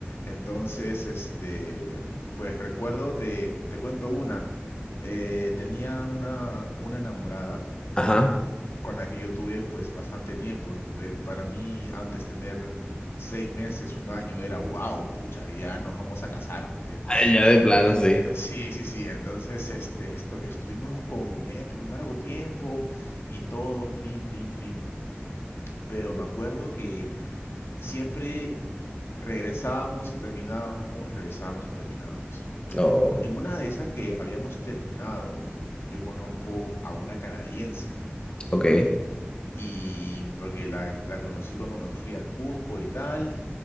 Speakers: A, on the left; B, on the left.
A: Entonces, este, pues recuerdo, te, te cuento una. Eh, tenía una, una enamorada
B: Ajá.
A: con la que yo tuve pues bastante tiempo. Eh, para mí antes tener seis meses, un año era wow, pucha, ya nos vamos a casar, ¿me entiendes?
B: Ay, ya de plano, sí.
A: Eh, Sí, sí, sí, entonces este, estu- estuvimos con, con ella por un largo tiempo y todo, plin, plin, plin. Pero me acuerdo que siempre regresábamos y terminábamos, regresábamos y terminábamos.
B: Oh,
A: En una de esas que habíamos terminado, yo conozco a una canadiense
B: ok.
A: Y porque la, la conocí cuando me fui a Cusco y tal.